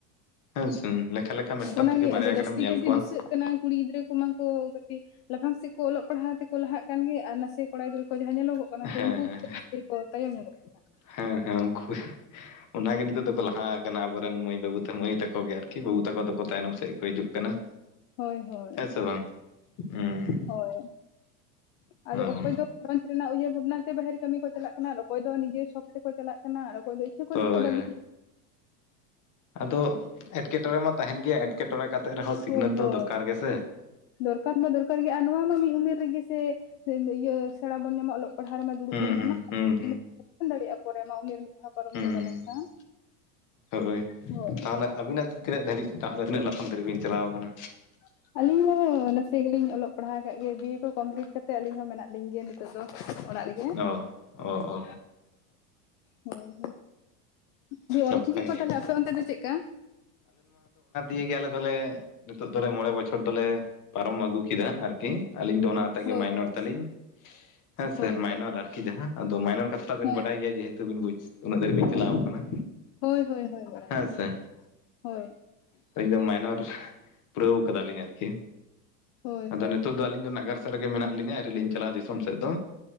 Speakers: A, on the left; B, on the left.
A: ᱦᱮᱸᱥᱮ ᱞᱮᱠᱷᱟ ᱞᱮᱠᱷᱟ ᱢᱤᱫᱴᱟᱝ
B: ᱚᱱᱟ
A: ᱛᱷᱮᱠᱮ
B: ᱜᱮ
A: ᱵᱟᱨᱭᱟ
B: ᱟᱫᱚ
A: ᱜᱟᱱᱮᱢ
B: ᱡᱟᱹᱥᱛᱤ
A: ᱧᱮᱞ
B: ᱠᱟᱭᱛᱮ
A: ᱠᱚᱣᱟ
B: ᱫᱤᱥᱟᱹᱜ ᱠᱟᱱᱟ ᱠᱩᱲᱤ ᱜᱤᱫᱽᱨᱟᱹ ᱠᱚᱢᱟ ᱠᱚ ᱜᱟᱛᱮ ᱞᱟᱯᱷᱟᱝ ᱥᱮᱫ ᱠᱚ ᱚᱞᱚᱜ ᱯᱟᱲᱦᱟᱣ ᱛᱮᱠᱚ ᱞᱟᱦᱟᱜ ᱠᱟᱱ ᱜᱮᱭᱟ᱾ ᱟᱨ ᱱᱟᱥᱮ ᱠᱚᱲᱟ ᱜᱤᱫᱽᱨᱟᱹ ᱠᱚ ᱡᱟᱦᱟ ᱧᱮᱞᱚᱜ ᱠᱟᱱᱟ ᱠᱚ
A: ᱦᱮᱸ
B: ᱩᱱᱠᱩ
A: ᱦᱮᱸ
B: <unintelligible> ᱛᱟᱭᱚᱢ ᱧᱚᱜᱚᱜ ᱠᱟᱱᱟ᱾
A: ᱦᱮᱸ, ᱦᱮᱸ ᱩᱱᱠᱩ ᱜᱮ᱾ ᱚᱱᱟ ᱜᱮ ᱱᱤᱛᱳᱜ ᱫᱚᱠᱚ ᱞᱟᱦᱟ ᱠᱟᱱᱟ ᱟᱵᱚᱱᱨᱮᱱ ᱢᱟᱹᱭ ᱵᱟᱹᱵᱩ ᱛᱟ ᱢᱟᱹᱭ ᱛᱟᱠᱚ ᱜᱮ ᱟᱨᱠᱤ ᱵᱟᱹᱵᱩ ᱛᱟᱠᱚ ᱫᱚᱠᱚ ᱛᱟᱭᱱᱚᱢ ᱥᱮᱫ ᱠᱚ ᱦᱤᱡᱩᱜ ᱠᱟᱱᱟ᱾
B: <inaudible> ᱦᱳᱭ
A: ᱦᱮᱸ ᱥᱮ ᱵᱟᱝ ᱦᱮᱸ᱾
B: ᱦᱳᱭ ᱟᱫᱚ ᱚᱠᱚᱭ
A: ᱦᱳᱭ
B: ᱫᱚ ᱜᱷᱟᱨᱚᱸᱧᱡᱽ ᱨᱮᱱᱟᱜ ᱩᱭᱦᱟᱹᱨ ᱵᱷᱟᱵᱱᱟ ᱛᱮ ᱵᱟᱦᱮᱨ ᱠᱟᱹᱢᱤ ᱠᱚ ᱪᱟᱞᱟᱜ ᱠᱟᱱᱟ᱾ᱚᱠᱚᱭ ᱫᱚ ᱱᱤᱡᱮᱨ ᱥᱚᱠ ᱛᱮᱠᱚ ᱪᱟᱞᱟᱜ ᱠᱟᱱᱟ᱾ ᱟᱨ ᱚᱠᱚᱭ ᱫᱚ ᱤᱪᱷᱟᱹ ᱠᱚ
A: ᱦᱳᱭ
B: ᱨᱮᱠᱚ ᱵᱟᱹᱜᱤ
A: ᱟᱫᱚ ᱮᱴᱠᱮᱴᱚᱸᱬᱮ ᱢᱟ ᱛᱟᱦᱮᱱ ᱜᱮᱭᱟ ᱮᱴᱠᱮᱴᱚᱸᱬᱮ ᱠᱟᱛᱮᱜ ᱨᱮᱦᱚᱸ ᱥᱤᱠᱷᱱᱟᱹᱛ
B: ᱦᱳᱭ ᱦᱳᱭ
A: ᱫᱚ ᱫᱚᱨᱠᱟᱨ ᱜᱮ ᱥᱮ᱾
B: ᱫᱚᱨᱠᱟᱨ ᱢᱟ ᱫᱚᱨᱠᱟᱨ ᱜᱮ ᱟᱨ ᱱᱚᱣᱟ ᱢᱟ ᱢᱤᱫ ᱩᱢᱮᱨ ᱨᱮᱜᱮ ᱥᱮᱮᱤᱭᱟᱹ ᱥᱮᱲᱟ ᱵᱚᱱ ᱧᱟᱢᱟ ᱚᱞᱚᱜ ᱯᱟᱲᱦᱟᱜ ᱨᱮᱢᱟ᱾ ᱫᱩᱲᱩᱵ
A: ᱦᱩᱸ
B: ᱵᱚᱱ ᱧᱟᱢᱟ
A: ᱦᱩᱸ
B: <unintelligible>
A: ᱦᱩᱸ ᱦᱩᱸ
B: ᱵᱟᱵᱚᱱ ᱫᱟᱲᱮᱜ-ᱟ ᱯᱚᱨᱮ ᱢᱟ ᱩᱢᱮᱨ ᱢᱤᱫ ᱫᱷᱟᱣ ᱯᱟᱨᱚᱢ
A: ᱦᱩᱸ
B: ᱪᱟᱵᱟ ᱞᱮᱱᱠᱷᱟᱱ᱾
A: ᱦᱳᱭ
B: ᱦᱳᱭ
A: ᱛᱟᱦᱞᱮ ᱛᱤᱱᱟᱹᱜ ᱫᱷᱟᱨᱤᱡ ᱛᱟᱦᱞᱮ ᱛᱤᱱᱟᱹᱜ ᱞᱟᱯᱷᱟᱝ ᱫᱷᱟᱵᱤᱡ ᱵᱤᱱ ᱪᱟᱞᱟᱣ ᱠᱟᱱᱟ?
B: <inaudible> ᱟᱹᱞᱤᱧ ᱦᱚᱸ ᱱᱟᱥᱮ ᱜᱮ ᱞᱤᱧ ᱚᱞᱚᱜ ᱯᱟᱲᱦᱟᱣ ᱠᱟᱜ ᱜᱮᱭᱟ᱾ ᱵᱤᱭᱮ ᱠᱚ ᱠᱚᱢᱯᱞᱤᱴ ᱠᱟᱛᱮᱜ ᱟᱹᱞᱤᱧ ᱦᱚᱸ ᱢᱮᱱᱟᱜ ᱞᱤᱧ ᱜᱮᱭᱟ ᱱᱤᱛᱚᱜ ᱫᱚ ᱚᱲᱟᱜ ᱨᱮᱜᱮ᱾
A: ᱚ, ᱚ, ᱚ᱾
B: ᱦᱩᱸ, ᱦᱩᱸ᱾ ᱡᱮ ᱚᱞᱪᱤᱠᱤ
A: ᱱᱟᱯᱟᱭ
B: ᱠᱚ
A: ᱜᱮ
B: ᱛᱟᱞᱦᱮ ᱟᱯᱮ ᱚᱱᱛᱮ ᱫᱚ ᱪᱮᱫᱠᱟ?
A: ᱱᱤᱭᱟᱹ ᱜᱮ ᱟᱞᱮ ᱫᱚᱞᱮ ᱱᱤᱛᱚᱜ ᱫᱚᱞᱮ ᱢᱚᱬᱮ ᱵᱚᱪ ᱪᱷᱚᱨ ᱫᱚᱞᱮ ᱯᱟᱨᱚᱢ ᱟᱹᱜᱩ ᱠᱮᱫᱟ ᱟᱹᱨᱠᱤ ᱟᱹᱞᱤᱧ ᱫᱚ ᱚᱱᱟᱛᱮ
B: ᱦᱳᱭ
A: ᱜᱮ ᱢᱟᱭᱱᱚᱨ
B: ᱦᱳᱭ
A: ᱛᱟᱹᱟᱞᱤᱧ᱾ ᱦᱮᱸ
B: ᱦᱳᱭ
A: ᱥᱮ ᱢᱟᱭᱱᱚᱨ
B: ᱦᱳᱭ
A: ᱟᱹᱨᱠᱤ ᱡᱟᱦᱟᱸ ᱟᱫᱚ ᱢᱟᱭᱱᱚᱨ ᱠᱟᱛᱷᱟ ᱫᱚᱵᱤᱱ
B: ᱦᱮᱸ
A: ᱵᱟᱰᱟᱭ ᱜᱮᱭᱟ ᱡᱮᱦᱮᱛᱩ ᱵᱤᱱ ᱵᱩᱡ ᱩᱱᱟᱹᱜ ᱫᱷᱟᱹᱨᱤᱡ ᱵᱤᱱ ᱪᱞᱟᱣ ᱟᱠᱟᱱᱟ᱾
B: ᱦᱳᱭ ᱦᱳᱭ ᱦᱳᱭ ᱵᱟᱲᱟᱭ
A: ᱦᱮᱸ
B: ᱜᱮᱭᱟᱞᱤᱧ
A: ᱥᱮ
B: ᱦᱳᱭ᱾
A: ᱟᱹᱞᱤᱧ ᱫᱚ ᱢᱟᱭᱱᱚᱨ ᱯᱩᱨᱟᱹᱣ ᱠᱟᱫᱟᱞᱤᱧ ᱟᱹᱨᱠᱤ,
B: ᱦᱳᱭ
A: ᱟᱫᱚ
B: ᱦᱳᱭ
A: ᱱᱤᱛᱚᱜ ᱫᱚ ᱟᱹᱞᱤᱧ ᱫᱚ ᱱᱟᱜᱟᱨ ᱥᱮᱫ ᱨᱮᱜᱮ ᱢᱮᱱᱟᱜ ᱞᱤᱧᱟᱹ ᱟᱹᱣᱨᱤ ᱞᱤᱧ ᱪᱟᱞᱟᱜ-ᱟ ᱫᱤᱥᱚᱢ ᱥᱮᱫ ᱫᱚ᱾